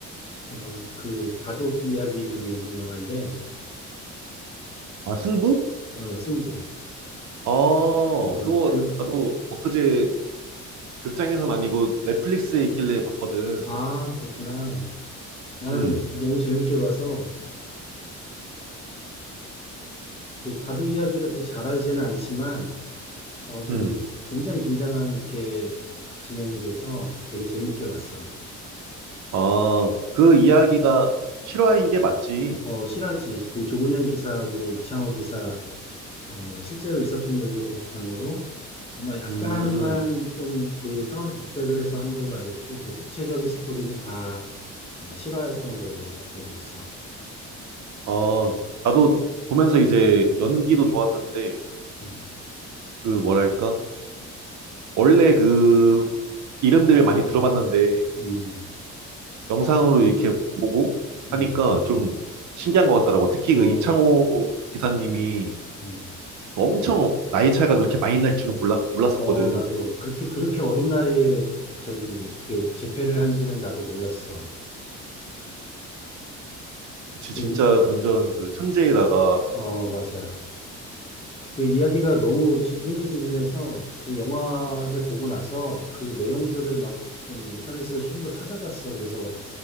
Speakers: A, on the left; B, on the right.
A: 어, 그, 바둑 이야기 그게 있는 영화인데,
B: 아, 승부?
A: 어, 승부.
B: 어,
A: 음,
B: 그거
A: 그,
B: 나도 엊그제 극장에선 아니고 넷플릭스에 있길래 봤거든.
A: 아, 그렇구나. 나는
B: 음,
A: 너무 재밌게 봐서, 그 바둑 이야기를 그렇게 잘 알지는 않지만, 어, 그,
B: 음.
A: 굉장히 긴장감 있게 진행이 돼서 되게 재밌게 봤어.
B: 아, 그 이야기가 실화인 게 맞지?
A: 어, 실화지, 그 조훈현 기사하고 이창호 기사, 어, 실제로 있었던 얘기를 바탕으로 아마 약간만
B: 음,
A: 좀 그 상황 각색을 해서 한 걸로 알고 있고, 대체적인 스토리는 다 어, 실화였던 걸로 알고 있어.
B: 어, 나도 보면서 이제 연기도 좋았는데,
A: 음,
B: 그 뭐랄까? 원래 그 이름들을 많이 들어봤는데,
A: 음,
B: 영상으로 이렇게 보고
A: 음.
B: 하니까 좀 신기한 것 같더라고. 특히
A: 어,
B: 그 이창호 기사님이
A: 음.
B: 그 엄청 나이 차이가 그렇게 많이 날 줄은 몰랐, 몰랐었거든.
A: 어, 나도 그렇게, 그렇게 어린 나이에 저기, 그 재패를 한지는 나도 몰랐어.
B: 그치,
A: 그,
B: 진짜 완전 그 천재에다가,
A: 어, 맞아. 그 이야기가 너무 지- 흥미진진해서 그 영화를 보고 나서 그 내용들을 막 좀 인터넷에서 좀 더 찾아봤어. 그래서